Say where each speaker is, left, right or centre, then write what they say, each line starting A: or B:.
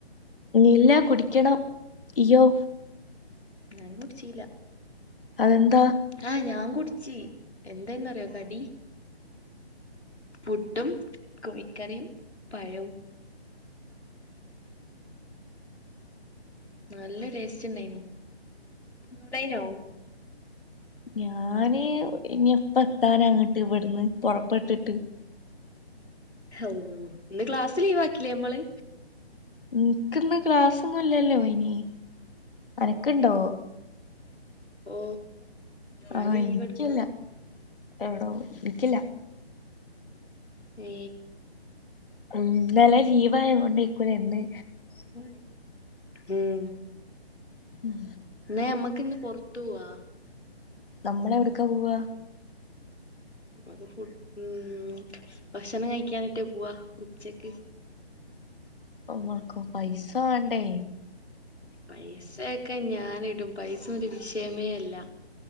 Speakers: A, on the left; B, on the left.
A: ഇല്ല. കുടിക്കണം. ഇയ്യൊ?
B: ഞാനും കുടിച്ചീല്ലാ
A: അതെന്ത്‌....
B: ആ ഞാൻ കുടിച്ചി. എന്താന്നറിയോ കടി? പുട്ടും, കോഴിക്കറിയും, പഴവും. നല്ല ടേസ്റ്റ് ഉണ്ടായിനോ? ഇണ്ടായിനോ?
A: ഞാന് ഇനിപ്പ എത്താന അങ്ങട്ട് ഇവിടുന്ന്. പുറപ്പെട്ടിട്ട്. <inaudible>
B: ഓ. ഇന്ന് ക്ലാസ് ലീവ് ആക്കിലെ.. മ്മള്.
A: ഇനിക്ക് ന്ന് ക്ലാസൊന്നും ഇല്ലല്ലോ. ഇനി അനക്ക്‌ ഇണ്ടോ?
B: ഓ ഞാ
A: ആഹ്
B: ലീവെടുത്താ.
A: എനിക്കില്ല എടോ ഇനിക്കില്ല.
B: ഏ...
A: ഉം! ന്നലെ ലീവ് ആയോണ്ടയ്ക്കുലെ, ന്ന്.
B: സ്കൂൾ ല്ലേ? മ്...
A: ഉം.
B: എ മ്മക്ക് ന്ന് പൊർത്ത് വാ.
A: നമ്മള് എവിടക്കാ പോവ്വാ..
B: മ്മക്ക് ഫു മ് ഭക്ഷണം കഴിക്കാനെറ്റെ പോവാ ഉച്ചക്ക്.
A: ഉമക്കോ പൈസ വാണ്ടേ?
B: പൈസയൊക്കെ ഞാനിടും. പൈസ രു വിഷയമേ അല്ല.